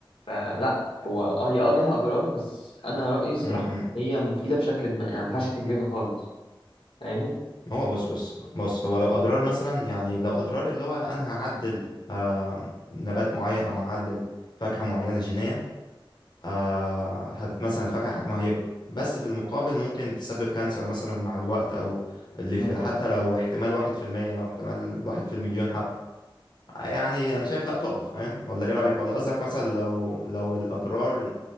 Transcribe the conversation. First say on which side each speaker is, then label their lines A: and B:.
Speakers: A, on the left; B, on the left.
A: فلا هو اه هي اه ليها أضرار بس أنا رأيي الصراحة
B: امم
A: إن هي مفيدة بشكل ما يعني ما ينفعش تتلغي خالص فاهمني؟
B: ما هو بص بص بص هو لو اضرار مثلا يعني لو اضرار اللي هو انا هعدل آه نبات معين او هعدل فاكهة معينة جينيا آه هت مثلا الفاكهة حجمها يكبر بس في المقابل ممكن تسبب كانسر مثلا مع الوقت أو اللي
A: مم.
B: في حتى لو احتمال واحد في المية لو احتمال واحد في المليون حتى يعني أنا شايف لأ تقف فاهم ولا إيه رأيك ولا قصدك مثلا لو لو الأضرار